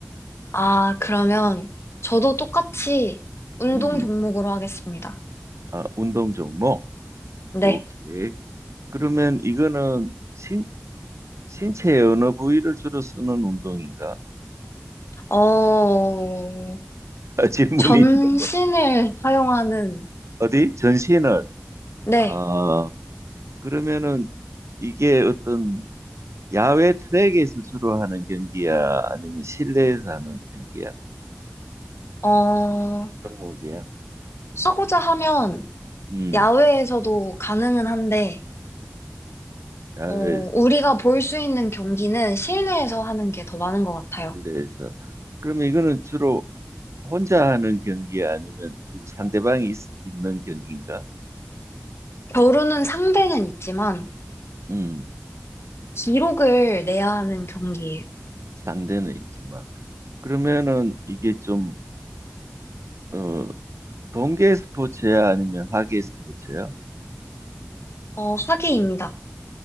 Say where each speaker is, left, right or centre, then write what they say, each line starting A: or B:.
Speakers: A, on the left; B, on the right.
A: 아, 그러면 저도 똑같이 운동
B: 음,
A: 종목으로 하겠습니다.
B: 아 운동 종목.
A: 네.
B: 오케이. 그러면 이거는 신 신체의 어느 부위를 주로 쓰는 운동인가?
A: 어,
B: <laughs> 질문이
A: 전신을
B: 있는 분.
A: 사용하는,
B: 어디? 전신을.
A: 네.
B: 아, 그러면은 이게 어떤 야외 트랙에서 주로 하는 경기야? 아니면 실내에서 하는 경기야?
A: 어,
B: 종목이야?
A: 하고자 하면
B: 음,
A: 야외에서도 가능은 한데,
B: 야외에서,
A: 어, 우리가 볼 수 있는 경기는 실내에서 하는 게 더 많은 것 같아요.
B: 실내에서. 그러면 이거는 주로 혼자 하는 경기야? 아니면 누구 상대방이 있, 있는 경기인가?
A: 결혼은 상대는 있지만
B: 음,
A: 기록을 내야 하는 경기예요.
B: 상대는 있지만. 그러면은 이게 좀, 어, 동계 스포츠야? 아니면 하계 스포츠야?
A: 어, 학위입니다.